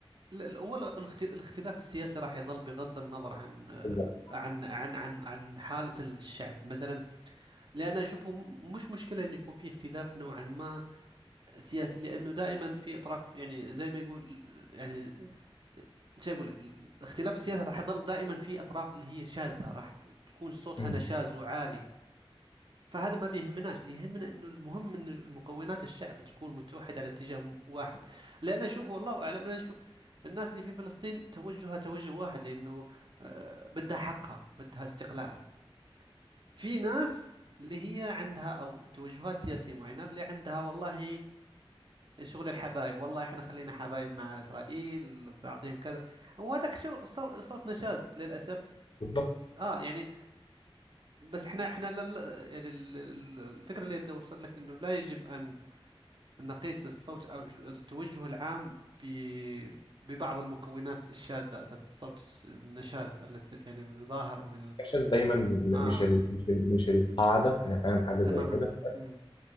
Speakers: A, on the right; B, on the left.
A: لا- لا، هو الاخت- الاختلاف السياسي راح يظل بغض النظر عن آه،
B: بالظبط
A: عن عن عن عن حالة الشعب مثلا لان اشوفه م- مش مشكلة انه يكون في اختلاف نوعا ما سياسي لانه دائما في اطراف يعني زي ما يقول يعني شو اقول لك الاختلاف السياسي راح يظل دائما في اطراف اللي هي شاذة راح ت- تكون صوتها
B: مم.
A: نشاز وعالي فهذا ما بيهمناش اللي يهمنا انه المهم ان مكونات الشعب تكون متوحده على اتجاه م- واحد لان اشوف والله اعلم انا اشوف الناس اللي في فلسطين توجهها توجه واحد لانه آه، بدها حقها بدها استقلالها في ناس اللي هي عندها او توجهات سياسيه معينه اللي عندها والله شغل الحبايب والله احنا خلينا حبايب مع اسرائيل بنعطيهم كذا وهذاك شو صو- صوت نشاز للاسف
B: بالظبط
A: بس اه يعني بس احنا احنا لا لا يعني ال- ال- الفكره اللي اريد اوصل لك انه لا يجب ان نقيس الصوت او الج- التوجه العام ب ببعض المكونات الشاذة ذات الصوت الس- النشاز التي يعني اللي ظاهر من ال-
B: الاحساس دايما م-
A: اه
B: مش ال... مش ال... مش القاعده انا فاهم حاجه
A: تماما
B: زي كده
A: امم